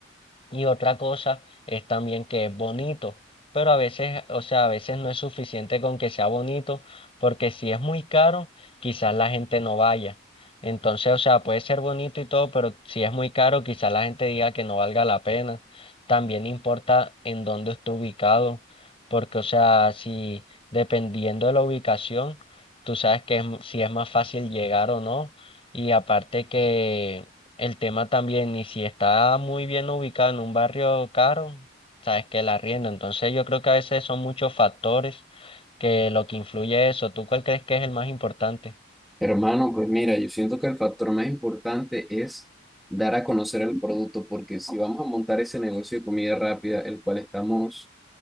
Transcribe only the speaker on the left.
Y otra cosa es también que es bonito, pero a veces, o sea, a veces no es suficiente con que sea bonito, porque si es muy caro, quizás la gente no vaya. Entonces, o sea, puede ser bonito y todo, pero si es muy caro, quizás la gente diga que no valga la pena. También importa en dónde esté ubicado, porque, o sea, si dependiendo de la ubicación, tú sabes que es m- si es más fácil llegar o no, y aparte que el tema también, y si está muy bien ubicado en un barrio caro, sabes que la arriendo. Entonces yo creo que a veces son muchos factores que lo que influye eso. ¿Tú cuál crees que es el más importante?